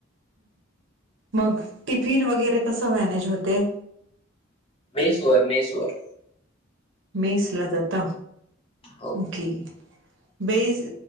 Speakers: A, on the right (about 65°); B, on the left (about 30°).
A: मग टिफिन वगैरे कस मॅनेज होते
B: मेसवर मेसवर
A: मेस ला जात
B: हो
A: ओके बेस